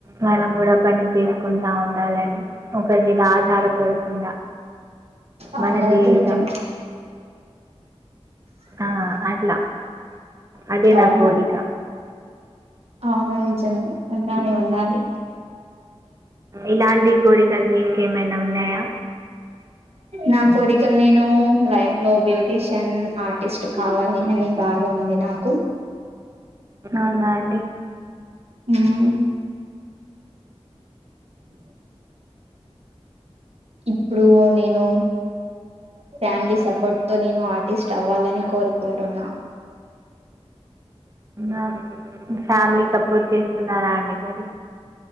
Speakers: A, on the right; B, on the right.
A: మనం కూడా పని చేసుకుంటా ఉండాలని ఒకరి మీద ఆధారపడకుండా
B: అవును
A: మన
B: అదేతే
A: జీవితం
B: నిజం
A: ఆ అద్ నా అదే
B: అవును
A: నా కోరికా
B: అవును నిజం అలానే ఉండాలి
A: ఇలాంటి కోరికలు మీకు ఏమైనా ఉన్నాయా
B: నాక్ కోరికలు నేను లైఫ్ లో బ్యూటీషియన్ ఆర్టిస్ట్ కావాలి అని బాగా ఉంది నాకు.
A: అవునా అండి
B: అ ఇప్పుడు నేను ఫ్యామిలీ సపోర్ట్ తో నేను ను ఆర్టిస్ట్ అవ్వాలని కోరుకుంటున్నా
A: అ ఫ్యామిలీ సపోర్ట్ చేస్తున్నారా అండి మరి